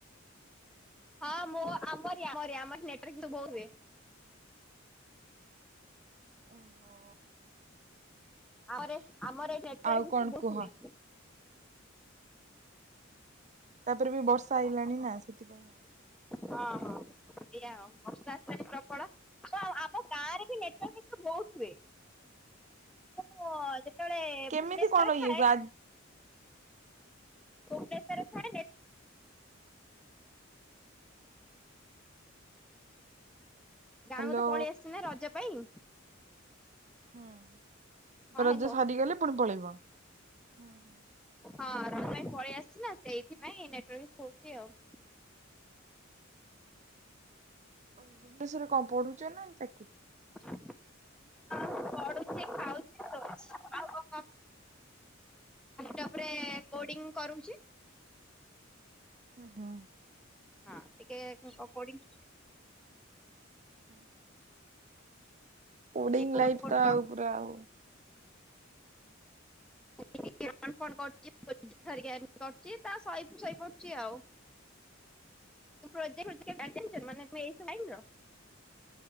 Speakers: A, in the centre; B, on the right (about 35°).
A: ହଁ ମୁଁ ଆମରି ଆମରି ଆମର ନେଟୁୱାର୍କ ଇଷୁ ବୋହୁତ୍ ହୁଏ।
B: ଓ ହୋ।
A: <unintelligible> ଆମର ଏଠି ନେଟଓ୍ବାର୍କ
B: ଆଉ କଣ
A: ଇଶୁ ବହୁତ
B: କୁହ?
A: ହୁଏ।
B: ତାପରେ ବି ବର୍ଷା ଆଇଲାଣି ନା। ସେଥିପାଇଁ ଆଉ।
A: ହଁ -ହଁ ଏୟା ଆଉ। ବର୍ଷା ଆସିଲାଣି ପ୍ରବଳ। ତ ଆମ ଗାଁରେ ବି ନେଟଓ୍ବାର୍କ ଇଶୁ ବହୁତ ହୁଏ। <unintelligible> ଯେତେବେଳେ
B: କେମିତି
A: ଭୁବନେଶ୍ଵରରେ
B: କଣ ଇଏ
A: ଥାଏ
B: ଆ
A: ଭୁବନେଶ୍ଵରରେ ଥାଏ ନେ ଗାଁକୁ
B: ହ୍ୟାଲୋ
A: ତ ପଳେଇ ଆସିଚି ନା ରଜ ପାଇଁ।
B: ହୁଁ।
A: ହଁ
B: ରଜ
A: ହ୍ୟାଲୋ
B: ସାରିଗଲେ ପୁଣି ପଳେଇବ? ହୁଁ ହୁଁ।
A: ହଁ ରଜ୍ ପାଇଁ ପଳେଇ ଆସିଚି ନା ସେଇଥିପାଇଁ ନେଟଓ୍ବାର୍କ ଇଶୁ ହଉଚି ଆଉ।
B: ଓହୋ। ଭୁବନେଶ୍ଵର୍ ରେ କଣ ପଢୁଚ ନା ଚାକିରି?
A: ହଁ ମୁଁ ପଢୁଛି ଖଚି ଖାଉ <inaudible> କୋଡିଂ କରୁଚି।
B: ଆଁ ହା।
A: ଥା ଟିକେ କକୋଡିଂ
B: <inaudible>
A: ଟିକେ
B: ପୋଡିଙ୍ଗ
A: କୋଡ
B: ଲାଇଫ୍
A: ଫୋଡ
B: ତ ଆଉ ପୁରା ଆଉ।
A: <unintelligible> ଟା ସାଇଟ ରେ ଶୋଇପଡ଼ିଛି ଆଉ। <unintelligible>